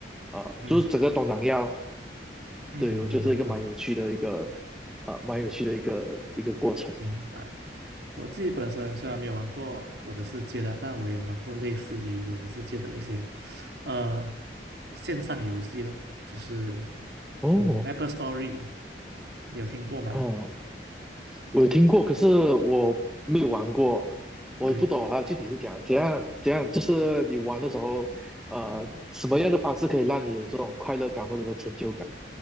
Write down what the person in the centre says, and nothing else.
啊、
就是整个东南亚，
对，我觉得是一个蛮有趣的一个，
啊、蛮有趣的一个一个过程。
哦，
哦，我有听过，可是我没有玩过，
我不懂啊，具体是怎样，怎样怎样，就是你玩的时候，呃，
什么样的方式可以让你有这种快乐感或者是成就感？